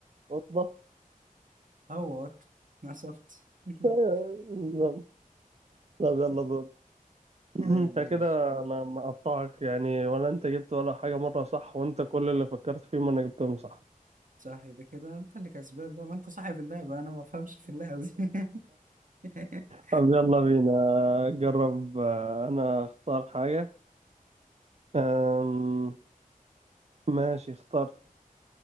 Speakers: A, on the right; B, on the right.
A: قطة
B: هو قط نصبت <laughs>
A: <laughs> بالظبط. طب يلا
B: طيب
A: دور <clears throat>
B: طيب
A: انت
B: ماشي
A: كده انا مقطعك يعني ولا انت جبت ولا حاجة مرة صح وانت كل اللي فكرت فيهم انا جبتهم صح
B: صح يبقى كده انت اللي كسبان بقى ما انت صاحب اللعبة انا ما بفهمش في اللعبة دي <laughs>
A: طب يلا بينا جرب آه، انا اختار حاجة أم... ماشي اخترت